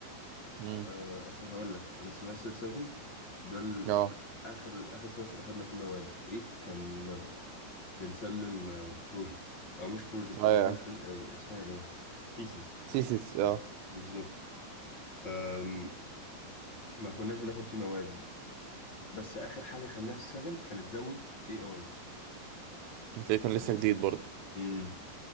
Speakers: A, on the right; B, on the left.
A: امم
B: آه، اصل هقول لك انا سيمستر 7 ده ال-
A: اه
B: اخر اخر سمستر خدنا فيه مواد 8 كان بنسلم بروجكت او مش بروجكت
A: ايوه
B: ريفرن اسمها ايه ثيسز
A: سيسيس اه
B: بالظبط فما كناش بناخد فيه مواد بس اخر حاجه خدناها في 7 كانت زود اي اي
A: هتلاقيه كان
B: كان
A: لسه
B: لسه
A: جديد برضه
B: امم